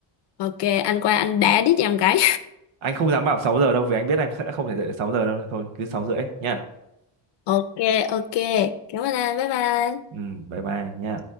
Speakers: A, on the left; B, on the right.
A: ok anh qua anh đá đít em cái
B: anh không dám bảo 6 giờ đâu vì anh biết em sẽ không thể dậy được 6 giờ đâu thôi cứ 6 rưỡi nhá
A: ok ok cảm ơn anh bye bye
B: ừ bye bye nhá